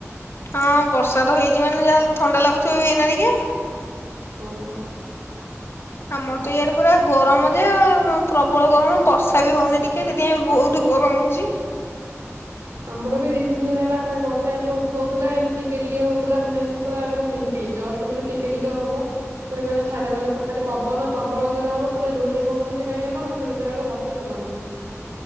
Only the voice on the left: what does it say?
ହଁ ବର୍ଷା ତ ହେଇଛି ମାନେ ଯାହାଲେ ଥଣ୍ଡା ଲାଗୁଥିବ ବି ଏଇନା ଟିକେ।
ଆମର ତ ଇଆଡେ ପୁରା ଗରମ ଯେ ପ୍ରବଳ ଗରମ ବର୍ଷା ବି ହଉନି ଟିକେ ସେଥ ସେଥିପାଇଁ ବହୁତ ଗରମ ହଉଛି।